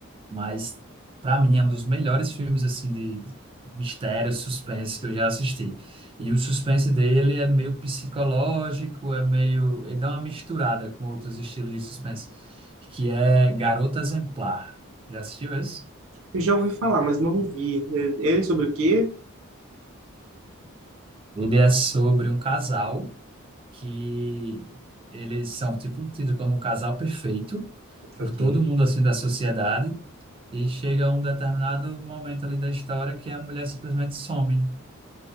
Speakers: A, on the right; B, on the right.
A: mas para mim é um dos melhores filmes assim de de mistério, suspense que eu já assisti. E o suspense dele é meio psicológico, é meio, ele dá uma misturada com outros estilos de suspense, que é Garota Exemplar. Já assistiu esse?
B: Eu já ouvi falar, mas não vi. Ele é sobre o quê?
A: Ele é sobre um casal que eles são tipo tidos como o casal perfeito por
B: Ok.
A: todo mundo assim da sociedade e chega um determinado momento ali da história que a mulher simplesmente some.